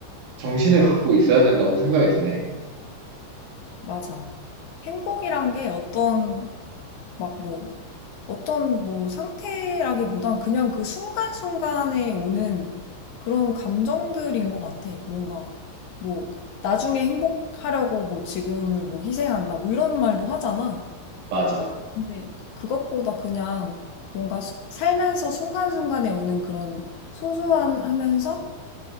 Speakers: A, on the right; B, on the left.
A: 정신을 갖고 있어야 된다고 생각이 드네.
B: 맞아. 행복이란 게 어떤 막뭐 어떤 뭐 상태라기보단 그냥 그 순간순간에 오는 그런 감정들인 것 같아. 뭔가 뭐 나중에 행복하려고 뭐 지금을 뭐 희생한다 뭐 이런 말도 하잖아.
A: 맞아.
B: 근데 그것보다 그냥 뭔가 수- 살면서 순간순간에 오는 그런 소소한 하면서